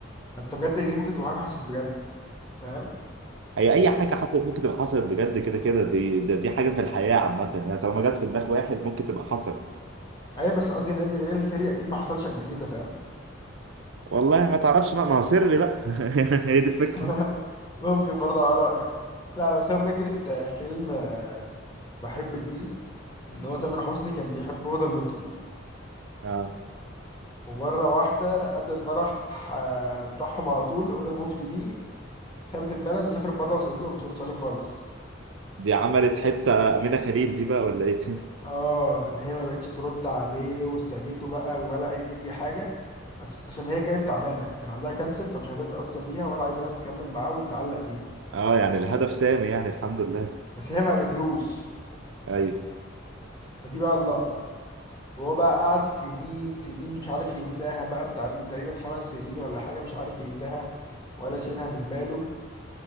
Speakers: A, on the left; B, on the right.
A: فأنت بجد دي ممكن تبقى حاجة حصلت بجد فاهم
B: هي اي حاجة حصلت ممكن تبقى حصلت بجد كده كده دي ده دي حاجة في الحياة عامة يعني طالما جت في دماغ واحد ممكن تبقى حصلت
A: أيوة بس قصدي نادي الرجال السري أكيد ما حصلش قبل كده فاهم
B: والله ما تعرفش بقى ما هو سري بقى <laughs> هي دي الفكرة
A: <laughs> ممكن برضه على رأيك لا بس هو فكرة آه، فيلم آه، بحبك دي إن هو تامر حسني كان بيحب هدى المفتي
B: اه
A: ومرة واحدة قبل الفرح آه، بتاعهم على طول هدى المفتي دي سابت البلد وسافرت بره وسابته وما بتردش عليه خالص
B: دي عملت حتة أمينة خليل دي بقى ولا إيه؟
A: اه اللي هي ما بقتش ترد عليه وسابته بقى ولا اي حاجه بس عشان هي كانت تعبانه كان عندها كانسر فمش عايزاه يتاثر بيها ولا عايزاه تكمل معاه ويتعلق بيها
B: اه يعني الهدف سامي يعني الحمد لله
A: بس هي ما قالتلوش
B: ايوه
A: فدي بقى اللقطه وهو بقى قعد سنين سنين مش عارف ينساها بقى بتاع تقريبا خمس سنين ولا حاجه مش عارف ينساها ولا شيلها من باله